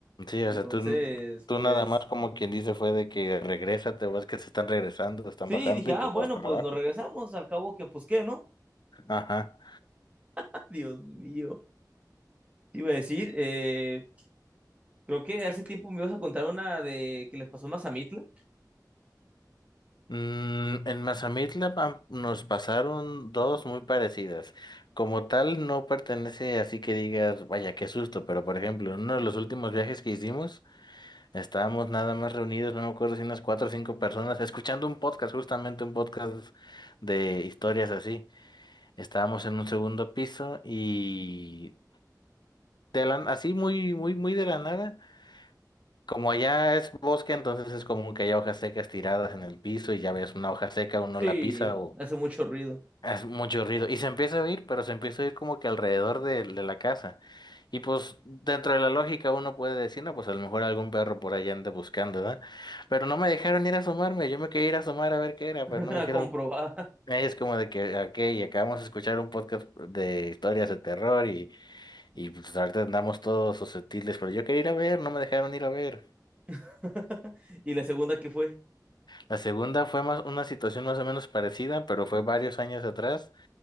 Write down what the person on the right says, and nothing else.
Entonces,
pues
sí,
dije,
ah,
bueno,
pues
nos regresamos, al cabo que, pues qué, ¿no?
<laughs> Dios mío. Te iba a decir, eh, creo que hace tiempo me ibas a contar una de que les pasó más a Mitla.
Sí,
hace mucho ruido,
<laughs>
comprobada.
<laughs> Y la segunda que fue.